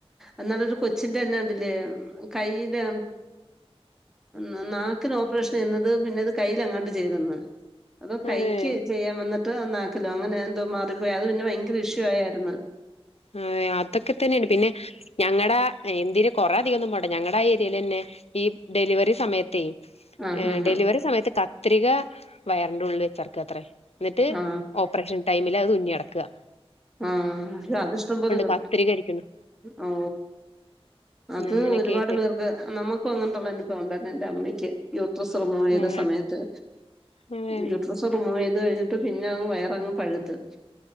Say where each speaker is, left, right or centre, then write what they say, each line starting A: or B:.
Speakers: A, in the centre; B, on the left.
A: ഇന്നാള് ഒരു കൊച്ചിന്റേ തന്നെ കണ്ടില്ലേ മ് കയ്യിടെ നനാക്കിനു ഓപ്പറേഷൻയ്യ്ന്നത് കയ്യിലെങ്ങാണ്ട് ചെയ്തെന്ന് അതോ കൈക്ക്
B: അതെ
A: ചെയ്യാൻ വന്ന അതോ നാക്കിലോ അങ്ങനെ എന്തോ മാറിപ് പോയ് അത് പിന്നെ ഭയങ്കര ഇഷ്യു ആയായിരുന്ന്
B: ആ ഏ അതൊക്കെത്തന്നെയുണ്ട് പിന്നെ ഞങ്ങട ഏൻ അതിന് കൊറെ അധികൊന്നും പോണ്ട ഞങ്ങടാ ഏരിയേല് അന്നെ ഈ ഡെലിവറി സമയത്തേ
A: ആ ആ
B: ഏ
A: ആ
B: ഡെലിവറി സമയത്ത് കത്ത് കത്രിക വയറിൻ്റുള്ളില് വെച്ചെറക്കാത്രേ എന്നിട്ട്
A: ആ
B: ഓപ്പറേഷൻ ടൈമില് അത് തുന്ന് നടക്കുവാ
A: ആഹ് അത് ഇഷ്ട്ടം പോലെ കേട്ട്
B: കത്രിക ഇരിക്കണു
A: ഓ അത്
B: അങ്ങനെയൊക്കെ
A: ഒരുപാട്
B: ആയിട്ട്
A: പേർക്ക് നമ്മക്കും അങ്ങനത്തൊള്ള അനുഭവൊണ്ടായിരുന്നേ എൻ്റമ്മയ്ക്ക് യൂട്രസ് റിമൂവെയ്ത
B: ഉം
A: സമയത്ത്
B: അതെ
A: യൂട്രസ് റിമൂവെയ്ത് കഴിഞ്ഞി എന്നിട്ട് പിന്ന അങ്ങ് വയറങ്ങ് പഴുത്ത്